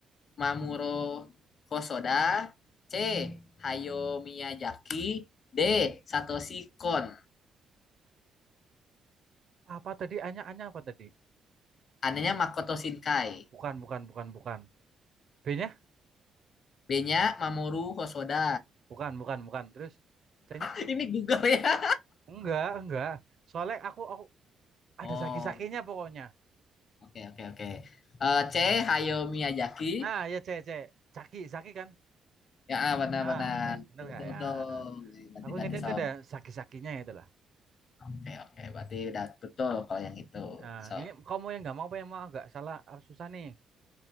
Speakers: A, on the left; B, on the right.
A: Mamuro Hosoda. C. Hayao Miyazaki. D. Satoshi Kon.
B: Apa tadi? Anya, Anya apa tadi?
A: Anehnya Makoto Shinkai.
B: Bukan, bukan, bukan, bukan. B-nya?
A: B-nya Mamoru Hosoda.
B: Bukan, bukan, bukan. Terus C-nya?
A: <laughs> Ini Google ya.
B: Enggak, enggak. Soalnya aku, aku
A: Oh,
B: ada zaki-zakinya
A: oke
B: pokoknya.
A: okay, oke okay, oke. Eh, C. Hayao Miyazaki.
B: Nah, ya C, C. Zaki, zaki kan?
A: Ya, ah, benar-benar.
B: Ah, benar, benar
A: Betul,
B: nggak
A: betul.
B: ya?
A: Berarti
B: Aku ingatnya
A: ganti sob.
B: itu ada
A: Oke,
B: zaki-zakinya itu lah.
A: okay, oke. okay. Berarti udah betul kalau yang itu.
B: Nah,
A: So,
B: ini kamu yang nggak mau apa yang mau agak salah ah, susah nih.